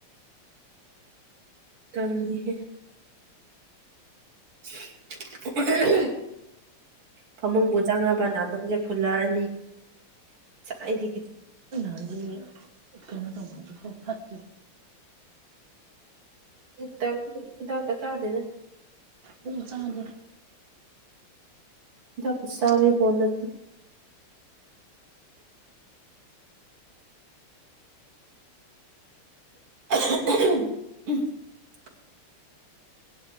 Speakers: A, on the right; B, on the right.
A: ꯇꯥꯜꯂꯤ ꯍꯦ <unintelligible> ꯐꯃꯨꯡꯕꯨ ꯆꯪꯉꯕ ꯅꯥꯇꯣꯟꯁꯦ ꯐꯨꯜꯂꯛꯑꯅꯤ ꯉꯥꯁꯥꯢꯗꯒꯤ
B: ꯑꯗꯤ <unintelligible> ꯀꯩꯅꯣ ꯐꯠ
A: ꯍꯤꯗꯥꯛꯀꯍꯤꯗꯛꯀꯥ ꯆꯥꯗꯦꯗ
B: ꯑꯗꯨꯝ ꯆꯥ <unintelligible>
A: ꯍꯤꯗꯥꯛ ꯆꯕꯤꯄꯣꯠ ꯅꯠꯇꯦ ꯎꯝ <inaudible>